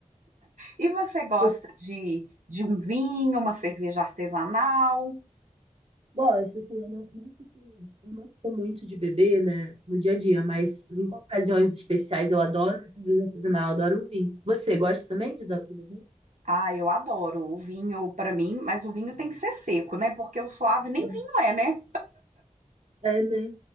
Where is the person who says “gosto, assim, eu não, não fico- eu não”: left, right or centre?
Right